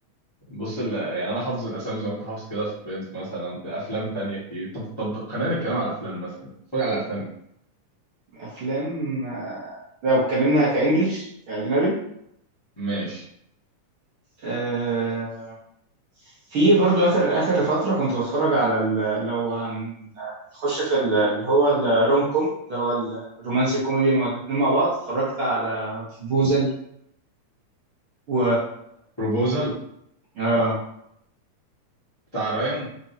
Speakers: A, on the left; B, on the right.
A: بص ال- يعني انا حافظ الاسامي زي ما انت حافظ كده في فريندز مثلا في افلام تانية كتير طب طب خلينا نتكلم على الافلام مثلا اتفرج على افلام ايه
B: افلام آه، لو اتكلمنا كانجلش كاجنبي
A: ماشي
B: آه، في برضو اخر اخر فتره كنت بتفرج على ال- لو هنخش في ال- اللي هو الروم كوم اللي هو الرومانسي كوميدي مع الاتنين مع بعض اتفرجت على بروبوزل و
A: بروبوزال
B: اه
A: بتاع رايان